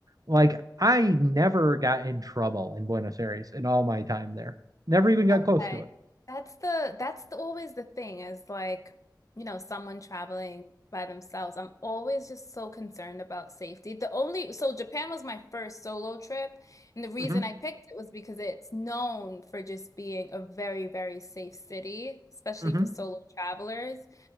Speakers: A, on the right; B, on the left.
A: Like, I never got in trouble in Buenos Aires in all my time there. Never even got
B: Okay.
A: close to it.
B: That's the that's the, always the thing is like, you know, someone traveling by themselves. I'm always just so concerned about safety. The only so Japan was my first solo trip, and the reason
A: hmm
B: I picked it was because it's known for just being a very, very safe city, especially
A: hmm
B: for solo travelers.